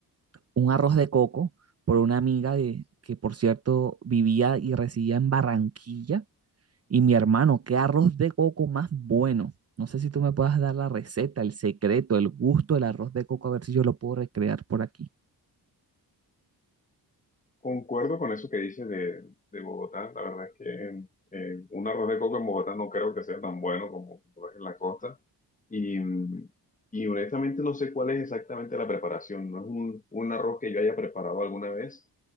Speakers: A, on the right; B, on the left.
A: un arroz de coco por una amiga de, que, por cierto, vivía y residía en Barranquilla. Y mi hermano, qué arroz de coco más bueno. No sé si tú me puedas dar la receta, el secreto, el gusto del arroz de coco, a ver si yo lo puedo recrear por aquí.
B: Concuerdo con eso que dices de, de Bogotá. La verdad es que eh, un arroz de coco en Bogotá no creo que sea tan bueno como lo es en la costa. Y, mm, y honestamente no sé cuál es exactamente la preparación. No es un, un arroz que yo haya preparado alguna vez,